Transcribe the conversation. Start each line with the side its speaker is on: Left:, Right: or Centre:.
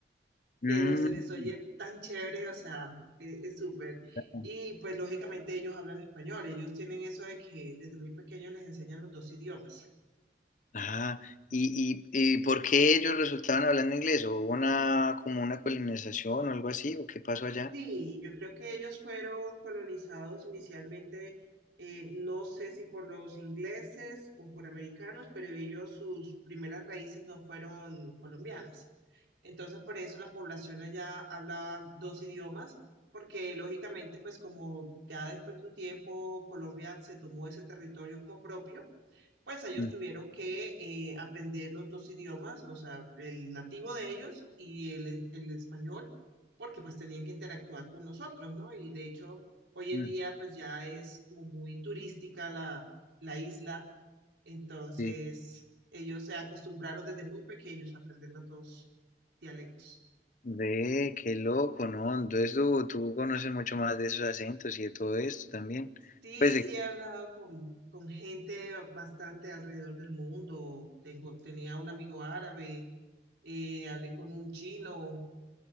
Right: pero
Left: Mm,
Right: se les oye tan chévere, o sea, e- es súper.
Left: bueno,
Right: Y pues lógicamente ellos hablan español, ellos tienen eso de que desde muy pequeños les enseñan los dos idiomas.
Left: ajá. ¿Y, y, y por qué ellos resultaban hablando inglés? ¿O hubo una, como una colonización o algo así? ¿O qué pasó allá?
Right: Sí, yo creo que ellos fueron colonizados inicialmente, eh, no sé si por los ingleses o por americanos, pero ellos sus primeras raíces no fueron colombianas. Entonces, por eso la población allá hablaba dos idiomas, porque lógicamente, pues como ya después de un tiempo Colombia se tomó ese territorio como propio, pues ellos
Left: Mm,
Right: tuvieron que eh, aprender los dos idiomas, o sea, el nativo de ellos y el, el español, porque pues tenían que interactuar con nosotros, ¿no? Y de hecho, hoy en
Left: mm,
Right: día pues ya es como muy turística la, la isla, entonces
Left: sí.
Right: ellos se acostumbraron desde muy pequeños a aprender los dos dialectos.
Left: Ve, qué loco, ¿no? Entonces tú, tú conoces mucho más de esos acentos y de todo esto también.
Right: Sí,
Left: Pues, de-
Right: sí he hablado con, con gente bastante alrededor del mundo. Tengo, tenía un amigo árabe, eh, hablé con un chino,